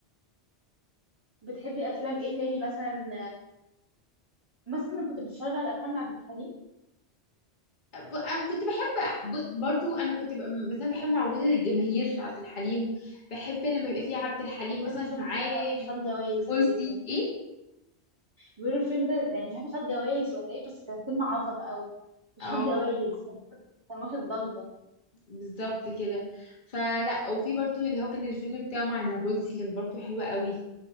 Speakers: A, on the right (about 20°); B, on the left (about 45°).
A: بتحبي افلام ايه تاني مثلا مثلا كنت بتتفرج على افلام لعبد الحليم
B: ب- انا كنت بحب ب- برضو انا كنت ب- مثلا بحب معوده الجماهير عبد الحليم بحب لما يبقى فيه عبد الحليم
A: غير
B: مثلا
A: الفيلم
B: معاه
A: خد جوائز
B: بولسي
A: تقريبا
B: ايه
A: بيقولوا الفيلم ده يعني مش عارفه خد جوائز ولا ايه بس كان فيلم عظمه قوي مش
B: اه
A: خد جوائز كان كان واخد ضجه
B: بالظبط كده فلا وفي برضو اللي هو كان الفيلم بتاعه مع النابلسي كان برضو حلو قوي